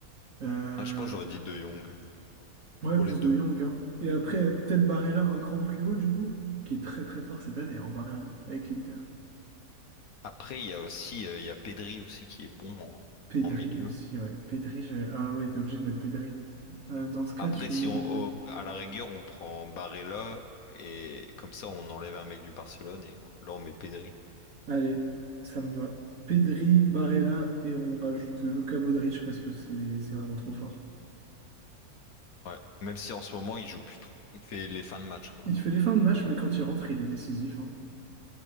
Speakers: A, on the right (about 60°); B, on the left (about 70°).
A: Euh,
B: Ah, je pense que j'aurais dit De Jong
A: Ouais,
B: pour
A: plus
B: les deux.
A: De Jong, hein. Et après, peut-être Barella un cran plus haut, du coup, qui est très, très fort cette année, en Barella, avec l'Inter.
B: Après, il y a aussi euh, il y a Pedri aussi qui est bon en,
A: Pedri
B: en milieu.
A: aussi, ouais. Pedri, j'ai... Ah ouais, t'es obligé de mettre Pedri. Euh, dans ce cas,
B: Après,
A: tu
B: si
A: mets...
B: on
A: euh,
B: au- à la rigueur, on prend Barella et comme ça, on enlève un mec du Barcelone et là, on met Pedri.
A: Allez, ça me va. Pedri, Barella, et on rajoute Luka Modric parce que c'est c'est vraiment trop fort.
B: Ouais. Même si en ce moment, il joue plus trop. Il fait les fins de match, quoi.
A: Il fait les fins de match, mais quand il rentre, il est décisif. hein.